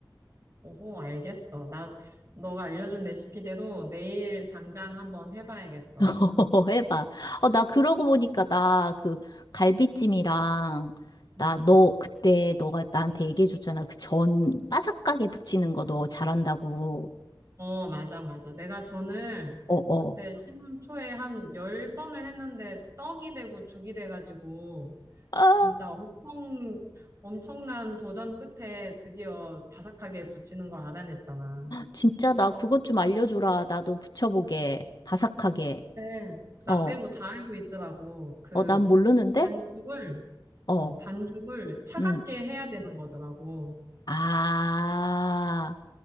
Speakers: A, on the right; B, on the left.
A: 오호, 알겠어. 나, 너가 알려준 레시피대로 내일 당장 한번 해봐야겠어.
B: <laughs> 해봐. 어, 나 그러고 보니까 나 그 갈비찜이랑 나
A: 음.
B: 너 그때 너가 나한테 얘기해줬잖아. 그 전 바삭하게 부치는 거 너 잘한다고.
A: 어, 맞아, 맞아. 내가 전을
B: 어, 어.
A: 그때 신혼 초에 한 열번을 했는데 떡이 되고 죽이 돼가지고
B: 아,
A: 진짜 엄청, 엄청난 도전 끝에 드디어 바삭하게 붙이는 걸 알아냈잖아.
B: 진짜 나 그것 좀 알려줘라. 나도 붙여보게. 바삭하게.
A: 근데 나
B: 어,
A: 빼고 다 알고 있더라고. 그
B: 어, 난 모르는데?
A: 반죽을,
B: 어,
A: 어, 반죽을 차갑게
B: 음.
A: 해야 되는 거더라고.
B: 아,